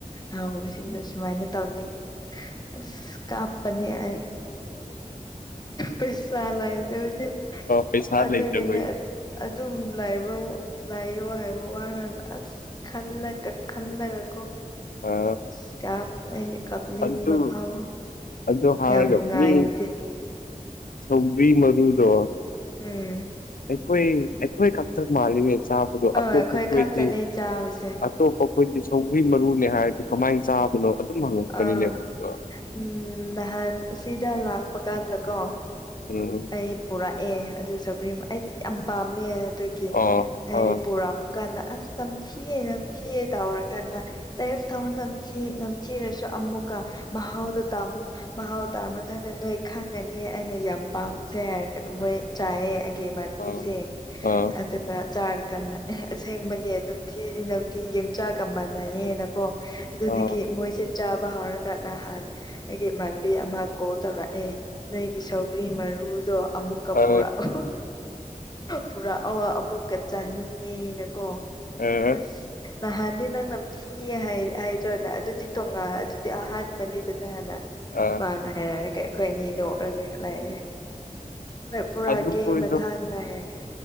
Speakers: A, on the left; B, on the left.
A: ꯍꯥꯎꯕꯁꯤꯡꯗꯣ ꯁꯨꯃꯥꯏꯅ ꯇꯧꯅꯤ ꯑꯁ ꯀꯥꯞꯄꯅꯦ ꯑꯩ ꯄꯩꯁꯥ ꯂꯩꯥꯇꯕꯗꯤ
B: ꯄꯩꯁꯥ
A: ꯑꯗꯨꯒꯤꯅꯦ
B: ꯂꯩꯇꯕꯒꯤ
A: ꯑꯗꯨꯝ ꯂꯥꯏꯕ ꯂꯥꯏꯌꯣ ꯍꯥꯏꯕ ꯋꯥꯅ ꯑꯁ ꯈꯜꯂꯒꯥ ꯈꯜꯂꯒꯥ ꯀꯣ
B: ꯑ
A: ꯁꯤꯗꯥ ꯑꯩꯅ ꯀꯞꯅꯤꯡꯕ
B: ꯑꯗꯨ
A: ꯐꯥꯎ
B: ꯑꯗꯨ ꯍꯥꯏꯔꯒ
A: ꯌꯥꯝ ꯅꯨꯉꯥꯏꯇꯦ
B: ꯃꯤ ꯁꯧꯒ꯭ꯔꯤ ꯃꯔꯨꯗꯣ
A: ꯎꯝ
B: ꯑꯩꯈꯣꯏ ꯑꯩꯈꯣꯏ ꯈꯛꯇ ꯃꯥꯜꯂꯤꯅꯦ ꯆꯥꯕꯗꯣ
A: ꯑ ꯑꯩꯈꯣꯏ
B: ꯑꯇꯣꯞꯄ ꯈꯣꯏꯗꯤ
A: ꯈꯛꯇꯅꯦ ꯆꯥꯕꯁꯦ
B: ꯑꯇꯣꯞꯄ ꯈꯣꯏꯗꯤ ꯁꯧꯒ꯭ꯔꯤ ꯃꯔꯨꯅꯦ ꯍꯥꯏꯔꯗꯤ ꯀꯃꯥꯏꯅ ꯆꯥꯕꯅꯣ ꯑꯗꯨꯝ ꯍꯪꯉꯛꯄꯅꯤꯅꯦ
A: ꯑꯥ
B: ꯃꯣꯏꯗꯣ
A: ꯎꯝ ꯅꯍꯥꯟ ꯑꯁꯤꯗꯥ ꯂꯥꯛꯄ ꯀꯥꯟꯗꯀꯣ
B: ꯎꯝꯝ
A: ꯑꯩ ꯄꯨꯔꯛꯑꯦ ꯑꯗꯨ ꯁꯧꯒ꯭ꯔꯤ ꯑꯩꯗꯤ ꯌꯥꯝ ꯄꯥꯝꯃꯦ ꯑꯗꯨꯒꯤ
B: ꯑꯣ
A: ꯑꯩ
B: ꯑ
A: ꯄꯨꯔꯛ ꯀꯥꯟꯅ ꯑꯁ ꯅꯝꯊꯤꯌꯦ ꯅꯝꯊꯤꯌꯦ ꯇꯧꯔꯀꯥꯟꯗ ꯇꯦꯁ ꯊꯧ ꯅꯝꯊꯤꯌꯦ ꯆꯤꯔꯁꯨ ꯑꯃꯨꯀꯥ ꯃꯍꯥꯎꯗꯣ ꯇꯝꯃꯣ ꯃꯍꯥꯎ ꯇꯥꯔꯝꯃꯀꯥꯟꯗꯥ ꯅꯣꯏ ꯈꯪꯒꯅꯤ ꯑꯩꯅ ꯌꯥꯝ ꯄꯥꯝꯕꯁꯦ ꯍꯥꯏꯔꯒꯥꯅ ꯃꯣꯏ ꯆꯥꯏꯌꯦ ꯒꯦ ꯃꯥꯟꯕꯤꯁꯦ
B: ꯑ ꯑ
A: ꯑꯗꯨ ꯆꯥꯔꯀꯥꯟꯗ ꯑꯦ ꯑꯁꯦꯡꯕꯅꯦ ꯅꯝꯊꯤꯗꯤ ꯅꯝꯊꯤ ꯌꯣꯡꯆꯥꯛꯒ ꯃꯥꯟꯅꯩꯌꯦꯅꯀꯣ ꯑꯗꯨꯗꯥꯒꯤ
B: ꯑ
A: ꯃꯣꯏ ꯁꯤꯠ ꯆꯥꯕ ꯍꯧꯔꯒꯥ ꯅꯍꯥꯟ ꯑꯩꯒꯤ ꯏꯃꯥꯟꯅꯕꯤ ꯑꯃ ꯀꯣꯜ ꯇꯧꯔꯛꯑꯦ ꯅꯣꯏꯒꯤ ꯁꯧꯒ꯭ꯔꯤ ꯃꯔꯨꯗꯣ ꯑꯃꯨꯛꯀꯥ
B: ꯑ
A: ꯄꯨꯔꯛꯎ ꯄꯨꯔꯥꯛꯑꯣ ꯑꯃꯨꯛꯀꯥ ꯆꯥꯅꯤꯡꯉꯦꯅꯀꯣ
B: ꯑ ꯑ
A: ꯑꯁ ꯅꯍꯥꯟꯗꯤ ꯅꯪ ꯅꯝꯊꯤꯌꯦ ꯍꯥꯏ ꯍꯥꯏꯗ꯭ꯔꯣꯅꯦ ꯑꯗꯨꯗꯤ ꯇꯣꯉꯥ ꯑꯗꯨꯗꯤ ꯑꯍꯥꯟꯕꯅꯤꯗꯨꯅ ꯍꯥꯏꯕ
B: ꯑ
A: ꯃꯥꯅ ꯍꯥꯏꯔꯛꯑꯒꯥ ꯑꯩꯈꯣꯏ ꯑꯅꯤ ꯅꯣꯛꯔꯒꯥ ꯂꯩꯌꯦ ꯍꯣꯏ ꯄꯨꯔꯛꯑꯒꯦ
B: ꯑꯗꯨ ꯈꯣꯏꯗꯣ
A: ꯃꯊꯪ ꯅꯥ ꯍꯥꯏꯈ꯭ꯔꯦ